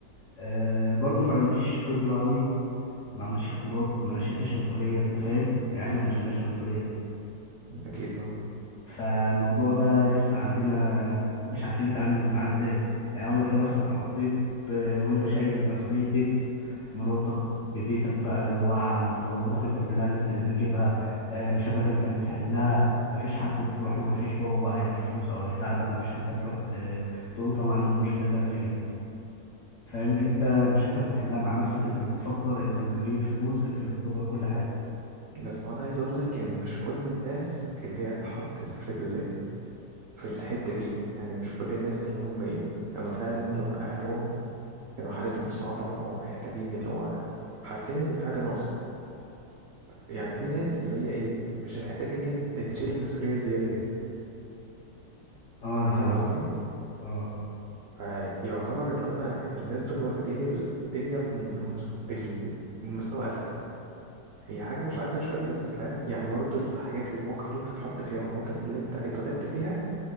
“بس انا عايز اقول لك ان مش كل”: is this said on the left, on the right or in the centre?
Right